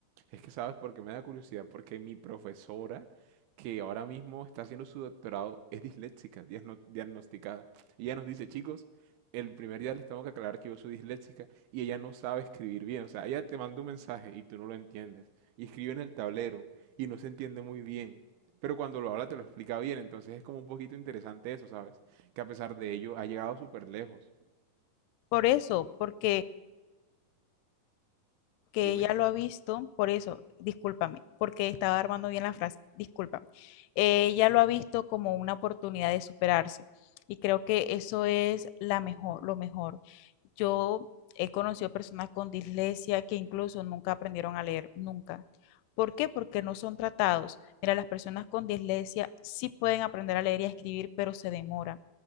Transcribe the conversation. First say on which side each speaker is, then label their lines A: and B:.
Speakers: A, on the right; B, on the left.
A: Es que sabes porque me da curiosidad, porque mi profesora, que ahora mismo está haciendo su doctorado, es disléxica, diagno- diagnosticada. Y ella nos dice, chicos, el primer día les tengo que aclarar que yo soy disléxica y ella no sabe escribir bien. O sea, ella te manda un mensaje y tú no lo entiendes. Y escribe en el tablero y no se entiende muy bien. Pero cuando lo habla te lo explica bien, entonces es como un poquito interesante eso, ¿sabes? Que a pesar de ello ha llegado súper lejos.
B: Por eso, porque que
A: Dime.
B: ella lo ha visto, por eso, discúlpame, porque estaba armando bien la frase, discúlpame, Eh, ella lo ha visto como una oportunidad de superarse y creo que eso es la mejor, lo mejor. Yo he conocido personas con dislexia que incluso nunca aprendieron a leer, nunca. ¿Por qué? Porque no son tratados. Mira, las personas con dislexia sí pueden aprender a leer y a escribir, pero se demora